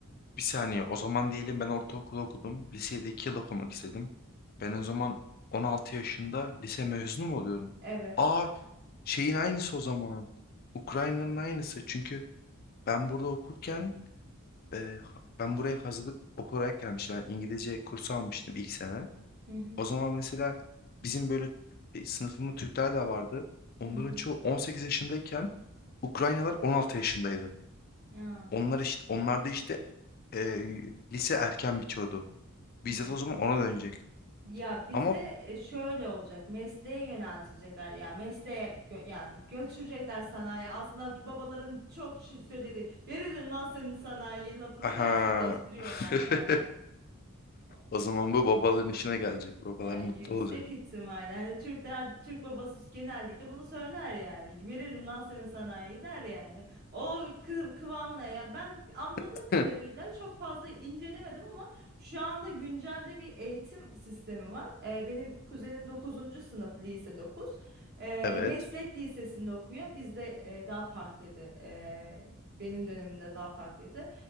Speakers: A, on the left; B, on the right.
A: Bir saniye. O zaman diyelim ben ortaokulu okudum. Lisede iki yıl okumak istedim. Ben o zaman 16 yaşında lise mezunu mu oluyorum?
B: Evet.
A: Aa, şeyin aynısı o zaman. Ukrayna'nın aynısı. Çünkü ben burada okurken e, ben buraya hazırlık olarak gelmiştim. Yani İngilizce kursu almıştım ilk sene.
B: Hı hı.
A: O zaman mesela bizim böyle e, sınıfımda Türkler de vardı. Onların
B: Hı hı.
A: çoğu 18 yaşındayken Ukraynalar 16 yaşındaydı.
B: Ya.
A: Onlar işte onlarda işte e, lise erken bitiyordu.
B: hı.
A: Bizzat o zaman ona dönecek.
B: Ya bizde
A: Ama
B: e, şöyle olacak. Mesleğe yöneltilecekler. Yani mesleğe gö- yani götürecekler sanayi. Aslında babaların çok şey söylediği veririm lan senin sanayi lafını
A: aha
B: gerçekleştiriyorlar
A: <laughs>
B: yani. A-
A: o zaman bu babaların işine gelecek. Babalar
B: yani
A: mutlu
B: yüksek
A: olacak.
B: ihtimalle hani Türkler Türk babası genellikle bunu söyler yani veririm lan seni sanayi der yani o kı- kıvamına yani ben anladığım
A: <laughs>
B: kadarıyla çok fazla incelemedim ama şu anda güncelde bir eğitim sistemi var Ee, benim kuzenim dokuzuncu sınıf lise 9, Ee,
A: Evet.
B: meslek lisesinde okuyor bizde e, daha farklıydı Ee, benim dönemimde daha farklıydı